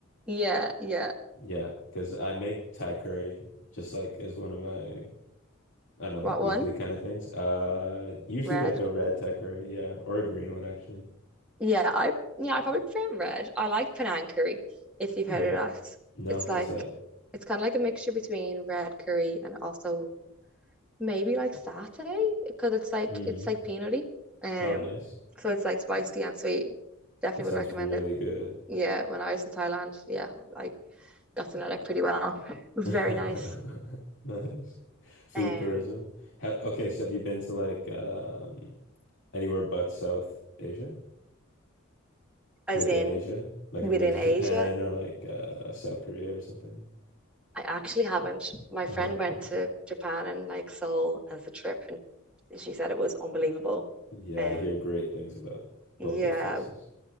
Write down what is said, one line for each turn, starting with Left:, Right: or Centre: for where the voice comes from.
Centre: Yeah, yeah.
Left: Yeah. Because I make Thai curry just like as one of my I don't know, like
Centre: What
Left: weekly
Centre: one?
Left: kind of things. Uh, usually
Centre: Red.
Left: like a red Thai curry, yeah, or a green one actually.
Centre: Yeah, I yeah, I probably prefer red. I like Penang curry, if you've
Left: Mm.
Centre: heard of that.
Left: No,
Centre: It's
Left: what's
Centre: like
Left: that?
Centre: it's kind of like a mixture between red curry and also maybe like satay because it's like
Left: Mm.
Centre: it's like peanutty. Um,
Left: Oh, nice.
Centre: so it's like spicy and sweet. Definitely
Left: That sounds
Centre: would recommend
Left: really
Centre: it.
Left: good.
Centre: Yeah, when I was in Thailand, yeah, I got to know that pretty well. It was
Left: <laughs>
Centre: very nice.
Left: Nice. Food
Centre: Um,
Left: tourism. Ha okay, so have you been to like um, anywhere but South Asia?
Centre: as
Left: Within
Centre: in
Left: Asia? Like
Centre: within
Left: have you been to Japan
Centre: Asia,
Left: or like uh, South Korea or something?
Centre: I actually haven't. My
Left: Oh,
Centre: friend
Left: okay.
Centre: went to Japan and like Seoul as a trip, and she said it was unbelievable.
Left: Yeah,
Centre: Um,
Left: I hear great things about both
Centre: yeah,
Left: those places.